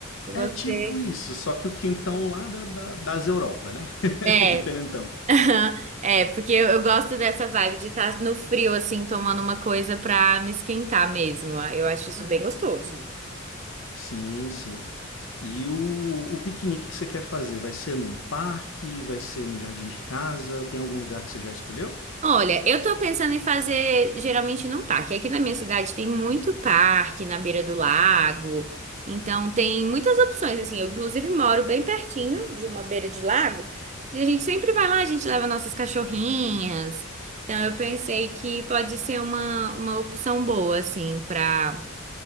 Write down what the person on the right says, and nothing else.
Você-
É,
<laughs> Aham. É, porque eu, eu gosto dessa vibe de estar no frio, assim, tomando uma coisa pra me esquentar mesmo. Ah, Eu acho isso bem gostoso.
Olha, eu tô pensando em fazer geralmente num parque. Aqui na minha cidade tem muito parque na beira do lago. Então tem muitas opções, assim. Eu, inclusive, moro bem pertinho de uma beira de lago. Que a gente sempre vai lá, a gente leva nossas cachorrinhas. Então eu pensei que pode ser uma, uma opção boa, assim, pra.